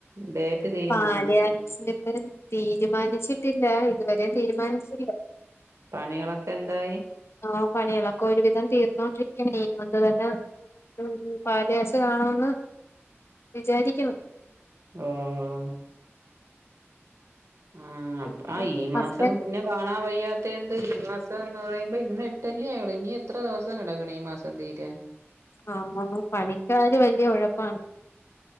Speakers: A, on the right; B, on the left.
A: ഡേറ്റ് തീരുമാനിച്ചി
B: പാല്കാച്ചിന് തീരുമാനിച്ചിട്ടില്ല ഇതുവരേം തീരുമാനിച്ചില്ല
A: പണികളൊക്കെ എന്തായി
B: ആഹ് പണികളൊക്കെ ഒരു വിധം തീർന്നോണ്ടിരിക്കതു <unintelligible> ഉംപാല്കാച്ചലാണോന്ന് വിചാരിക്കുന്നു
A: ആം ആ ഹ്അപ്പ
B: പിന്നെ
A: ഈ മാസം
B: ഹസ്ബൻഡ്
A: പിന്നെ കാണാൻ വയ്യാ തെന്ത് ഈ മാസം എന്ന് പറയുമ്പോ ഇന്ന് ഇട്ടല്ലെ ആയുള്ളൂ ഇനി എത്ര ദിവസം കിടക്കണുഈ മാസം തീരാൻ
B: ആഹ് <unintelligible> പണിക്കാാര് വല്യയ ഉഴപ്പാണ്